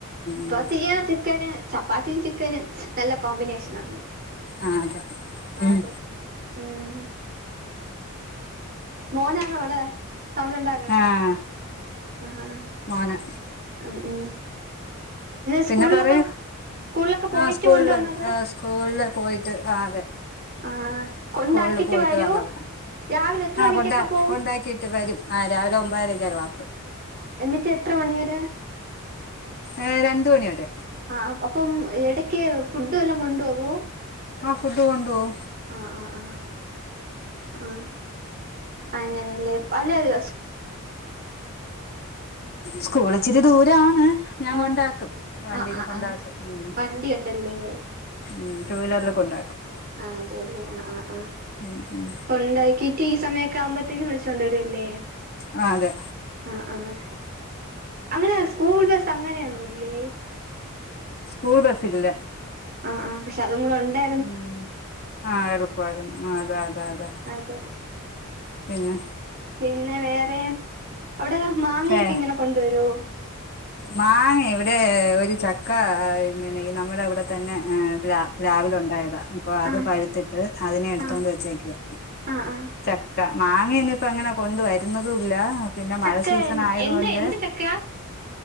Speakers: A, on the right; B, on the left.
A: <unintelligible>
B: ഉം
A: ചിക്കന് ചപ്പാത്തിം ചിക്കന് നല്ല കോമ്പിനേഷനാണ്
B: ആ അതെ ഉം
A: അതെ ഉം മോനാണ് അവിടെ സൗണ്ട്ണ്ടാ
B: ആഹ്
A: ആഹ്
B: മോന്
A: ഉം ഉം സ്കൂളിലൊക്കെ
B: പിന്നെ പറയൂ
A: സ്കൂളിലൊക്കെ പോയിട്ട്
B: ആ സ്കൂളില്
A: കൊണ്ടുവന്നതാ
B: സ്കൂളില് പോയിട്ട് ആ അതെ
A: ആ കൊണ്ടാക്കിട്ട്
B: സ്കൂളിൽ പോയിട്ട്
A: വരൂ
B: വന്നത്
A: രാവിലെ എത്ര
B: ആഹ്
A: മണിക്കൊക്കെ
B: കൊണ്ട
A: പോവും
B: കൊണ്ടാക്കിട്ട് വരും ആ രാവിലെ ഒമ്പതരക്ക ക്ലാസ്
A: എന്നിട്ട് എത്ര മണിവരെ
B: ഏ രണ്ട് മണി വരെ
A: ആ അപ്പം ഇടക്ക് ഫുഡ് എല്ലാം കൊണ്ടുപോവോ
B: ആഹ് ഫുഡ് കൊണ്ടുപോവും
A: ആഹ് ആഹ് ആഹ് ആഹ് അങ്ങനെയല്ലേ അല്ലല്ല
B: സ്കൂളച്ചിരി ദൂരാണ് ഞാൻ
A: ആ
B: കൊണ്ടാക്കും വണ്ടിയിൽ
A: ആ ആ
B: കൊണ്ടാക്കും
A: ആ
B: ഉം
A: വണ്ടി ഉണ്ടല്ലേ
B: ഉം ടു വീലറിൽ
A: ആഹ്
B: കൊണ്ടാക്കും
A: ആഹ് അതെല്ലേ ആഹ് ആഹ് ആഹ്
B: ഉം ഉം
A: ഉണ്ടാക്കിട്ട് ഈ സമയൊക്കെ ആവുമ്പോത്തേക്കും വിളിച്ചോണ്ടരുല്ലേ
B: ആ അതെ
A: ആഹ് ആഹ് അങ്ങനെ സ്കൂൾ ബസ് അങ്ങനെയൊന്നുല്ലേ
B: സ്കൂൾ ബസ്സില്ല
A: ആഹ് ആഹ് പക്ഷെ അതും കൂടെ ഉണ്ടേ
B: ഉം ആഹ് എളുപ്പാരുന്നു ആഹ് അതാ അതാ അതാ
A: അതെ
B: പിന്നെ
A: പിന്നെ വേറെ അവിടെ മാങ്ങയൊക്കെ
B: ഏ
A: ഇങ്ങനെ കൊണ്ടുവരോ
B: മാങ്ങ ഇവിടെ ഒരു ചക്ക ഇങ്ങനെ നമ്മുടെ ഇവിടെ തന്നെ ആഹ് പ്ല പ്ലാവിൽ ഉണ്ടായതാ അപ്പൊ അത്
A: ആഹ് ആഹ്
B: പഴുത്തിട്ട് അതിനെ എടുത്തൊണ്ട്
A: ആഹ്
B: വെച്ചേക്കുവ
A: ആഹ് ആഹ്
B: ചക്ക മാങ്ങന്നെ ഇപ്പ അങ്ങനെ കൊണ്ട് വരുന്നതുല്ല പിന്നെ
A: ചക്ക
B: മഴ സീസൺ ആയതുകൊണ്ട്
A: എന്ത് എന്ത് ചക്ക